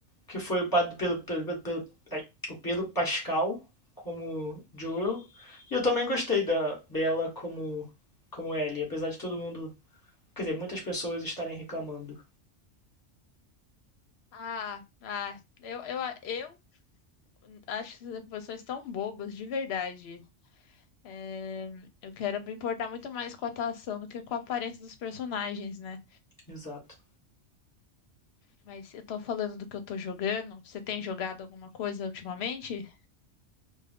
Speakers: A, on the left (about 15°); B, on the left (about 65°).
A: que foi o Pad- Pedro, Pedro, Pedro- Pedro- ai, o Pedro Pascal como Joel. E eu também gostei da Bella como como Ellie, apesar de todo mundo, quer dizer, muitas pessoas estarem reclamando.
B: Ah, ah, eu, eu, eu acho essas pessoas tão bobas, de verdade. É, eu quero me importar muito mais com a atuação do que com a aparência dos personagens, né?
A: Exato.
B: Mas eu tô falando do que eu tô jogando. Você tem jogado alguma coisa ultimamente?